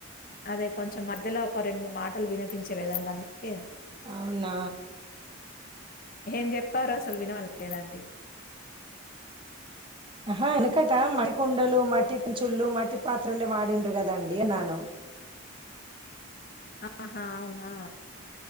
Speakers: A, on the left; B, on the right.
A: అదే కొంచెం మధ్యలో ఒక రెండు మాటలు వినిపించేదండి అన్ని క
B: అవునా
A: ఏం చెప్పారు అసలు వినవాలలేదండి
B: ఆ వెనుకట మట్టి కుండలు మట్టి చుల్ళు మట్టి పాత్రలే వాడిండ్రు కదండిన్నాను
A: ఆహా అవునా